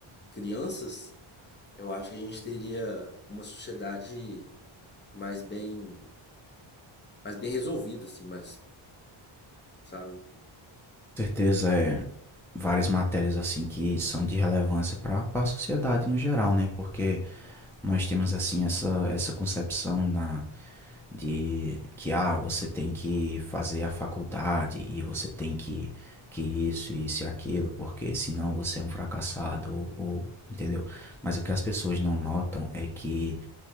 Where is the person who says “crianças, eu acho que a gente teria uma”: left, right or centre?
Left